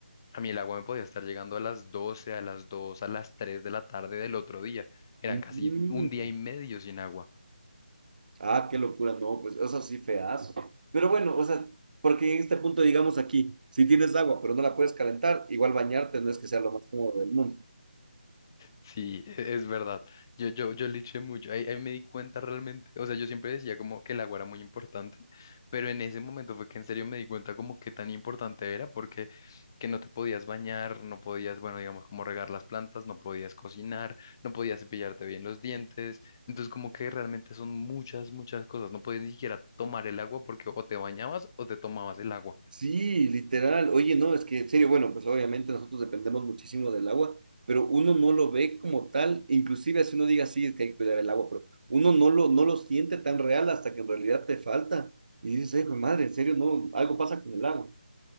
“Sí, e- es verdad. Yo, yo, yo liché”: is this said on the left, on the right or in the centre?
Left